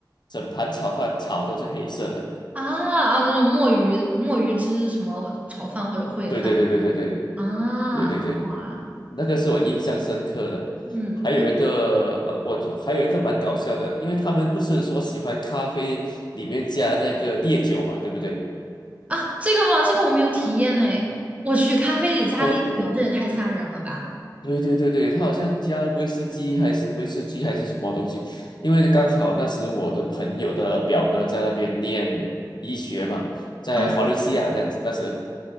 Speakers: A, on the left; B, on the right.
A: 整盘炒饭炒都是黑色的。
B: 啊啊，那种墨鱼墨鱼汁什么炒饭或者烩饭
A: 对对对对对对
B: 啊，
A: 对对对。
B: 哇，
A: 那个是我印象深刻的。
B: 嗯，
A: 还有一个呃，
B: 那
A: 我还有一个蛮搞笑的，因为他们不是说喜欢咖啡里面加那个烈酒嘛，对不对？
B: 啊，这个吗？这个我没有体验呢。我去咖啡里加烈酒，
A: 呃，
B: 这也太吓人了吧！
A: 对对对对，他好像加威士忌还是威士忌还是什么东西，因为刚好那时我的朋友的表哥在那边念医学嘛，在华伦西亚那那时。
B: 啊